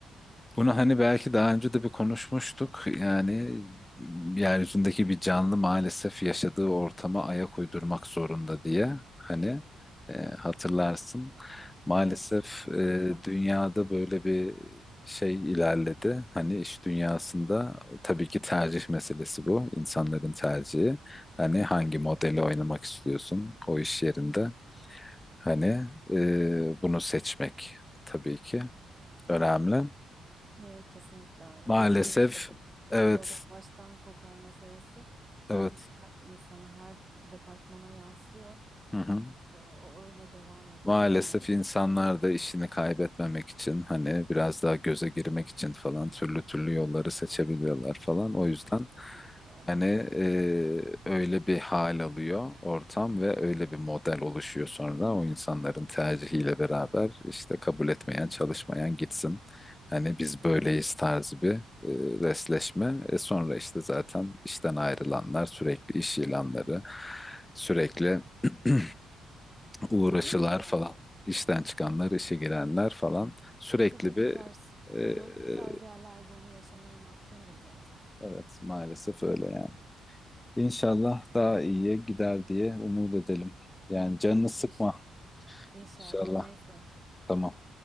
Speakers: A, on the left (about 15°); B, on the right (about 25°).
A: Bunu hani belki daha önce de bir konuşmuştuk. Yani yeryüzündeki bir canlı maalesef yaşadığı ortama ayak uydurmak zorunda diye. Hani e, hatırlarsın. Maalesef
B: Evet, kesinlikle.
A: e, dünyada böyle bir şey ilerledi. Hani iş dünyasında tabii ki tercih meselesi bu. İnsanların tercihi. Hani hangi modeli oynamak istiyorsun o iş yerinde? Hani e, bunu seçmek tabii ki önemli.
B: Niye? Kesinlikle öyle.
A: Maalesef
B: Dediğin gibi işte
A: evet
B: balık Evet. baştan kokar meselesi her,
A: evet.
B: her insanı, her departmana yansıyor.
A: Hı hı.
B: E, O öyle devam ediyor
A: Maalesef
B: yani ne yazık
A: insanlar
B: ki.
A: da işini kaybetmemek için hani biraz daha göze girmek için falan türlü türlü yolları seçebiliyorlar falan. O yüzden
B: Kesinlikle öyle.
A: hani e, öyle bir hal alıyor ortam ve öyle bir model oluşuyor sonra o insanların tercihiyle beraber işte kabul etmeyen çalışmayan gitsin. Hani biz böyleyiz tarzı bir e, resleşme. E sonra işte zaten işten ayrılanlar sürekli iş ilanları sürekli <clears throat> uğraşılar
B: Dediğin gibi
A: falan.
B: yani.
A: İşten çıkanlar, işe girenler falan. Sürekli
B: Tabii
A: bir
B: bu tarz
A: e,
B: hı
A: e,
B: hı, bu tarz yerler bunu yaşamaya mahkumdur zaten.
A: evet maalesef öyle yani. İnşallah daha iyiye gider diye umut edelim. Yani canını sıkma
B: İş, inşallah.
A: inşallah.
B: Neyse.
A: Tamam,